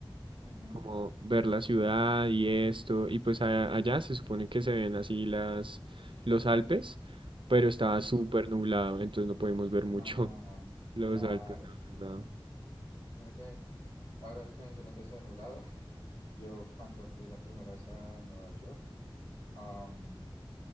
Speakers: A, on the left (about 75°); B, on the right (about 70°).
A: Ujú,
B: como ver la ciudad y esto, y pues a- allá se supone que se ven así las, los Alpes, pero estaba
A: ujú.
B: súper nublado, entonces no pudimos ver mucho
A: Ah,
B: <laughs> los
A: claro.
B: Alpes, la verdad.
A: Mira que ahora que mencionas eso de nublado, <laughs> yo cuando fui la primera vez a Nueva York, am,